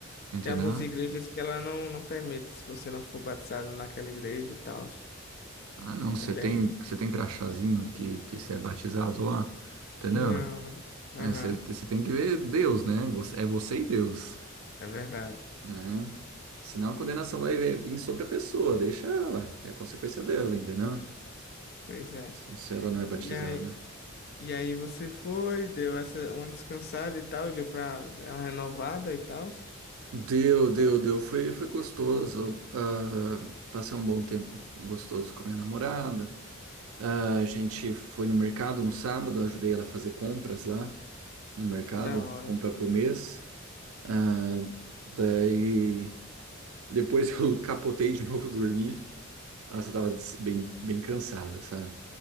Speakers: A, on the right (about 85°); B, on the left (about 50°).
A: entendeu?
B: Tem algumas igrejas que ela não, não permite, se você não for batizado naquela igreja e tal.
A: Ah, não, você
B: É bem.
A: tem, você tem crachazinho que, que você é batizado lá, entendeu?
B: Não. não. Aham.
A: É, você, você tem que ver Deus, né? Você- É você e Deus,
B: É verdade.
A: né? Senão a condenação vai vir sobre a pessoa, deixa ela, é consequência dela, entendeu?
B: Pois é.
A: Se ela não é batizada.
B: E aí, e aí você foi, deu essa uma descansada e tal, deu pra dar uma renovada e tal.
A: Deu, deu,
B: É,
A: deu. Foi, foi gostoso. Ah, passei um bom tempo gostoso com minha namorada. Ah, a gente foi no mercado no sábado, ajudei ela a fazer compras lá no mercado,
B: que da hora.
A: compra pro mês. Ah, daí depois <laughs> eu capotei de novo dormir. Nossa, eu tava des- bem, bem cansada, sabe?